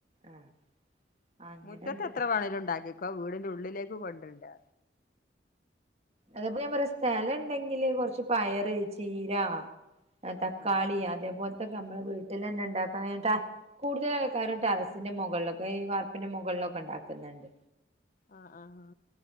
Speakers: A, on the right; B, on the left.
A: ആഹ് അങ്ങനെണ്ട്
B: മുറ്റത്ത് എത്ര വേണേലും ഉണ്ടാക്കി ക്കെ വീടിന്റെ ഉള്ളിലേക്ക് കൊണ്ടരണ്ടാ
A: അതേപലെ ഞാൻ പറഞ്ഞു സ്ഥലം ഉണ്ടെങ്കില് കുറച്ച് പയറ് ചീരാ ആ
B: ഉം
A: തക്കാളി
B: ഉം
A: അതേപോലെ നമ്മള് വീട്ടിൽ തന്നെ ഉണ്ടാക്കാ ക കൂടുതൽ ആൾക്കാരും ടെറസിന്റെ മുകളിലൊക്കെ ഈ വാർപ്പിന്റെ മുകളിലൊക്കെ ഉണ്ടാക്കുന്നുണ്ട്
B: ആഹ് ആഹ്